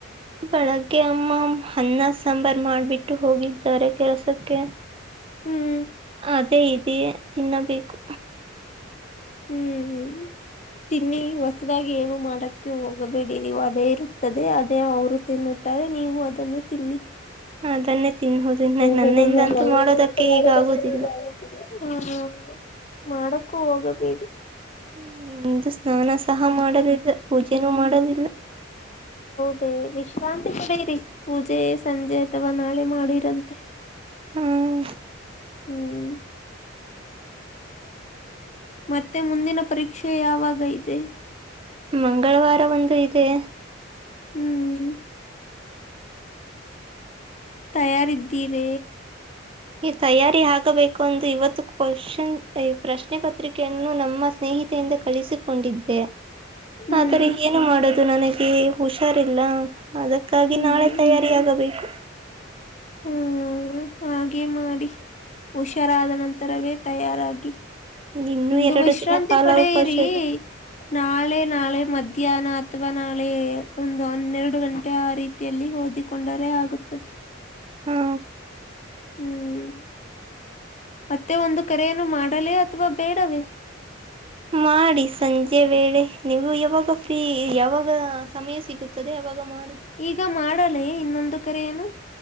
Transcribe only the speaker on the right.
ಬೆಳಗ್ಗೆ ಅಮ್ಮ ಹನ್ನ ಸಾಂಬಾರ ಮಾಡ್ಬಿಟ್ಟು ಹೋಗಿದ್ದಾರೆ ಕೆಲಸಕ್ಕೆ
ಅದೇ ಇದೆ ತಿನ್ನಬೇಕು
ಅದನ್ನೇ ತಿನ್ನೋದು ಇನ್ನ
ನನ್ನಿಂದಂತೂ
ಮಾಡೋದಕ್ಕೆ ಈಗ
ಆಗೋದಿಲ್ಲ.
ಹ ನಿಂದು ಸ್ನಾನ ಸಹ ಮಾಡಲಿಲ್ಲ ಪೂಜೆನೂ ಮಾಡಲಿಲ್ಲ
ಹ್ಮ್.
ಮಂಗಳವಾರ ಒಂದು ಇದೆ
ಈ ತಯಾರಿ ಆಗಬೇಕು ಎಂದು ಇವತ್ತು ಕ್ವಶನ್ ಪ್ರಶ್ನೆ ಪತ್ರಿಕೆಯನ್ನು ನಮ್ಮ ಸ್ನೇಹ. ಸ್ನೇಹಿತೆಯಿಂದ ಕಳಿಸಿಕೊಂಡಿದ್ದೆ
ಆದರೆ ಏನು ಮಾಡದು ನನಗೆ ಹುಷಾರಿಲ್ಲ. ಅದಕ್ಕಾಗಿ
ನಾಳೆ ತಯಾರಿ ಆಗಬೇಕು
ಇನ್ನುೂ
ಎರಡು
ದಿನ ಕಾಲಾವಕಾಶ
ಇದೆ
ಹಾ
ಮಾಡಿ ಸಂಜೆ ವೇಳೆ ನೀವು ಯಾವಾಗ ಫ್ರೀ ಯಾವಾಗ ಸಮಯ ಸಿಗುತ್ತದೆ ಯಾಗ ಮಾಡಿ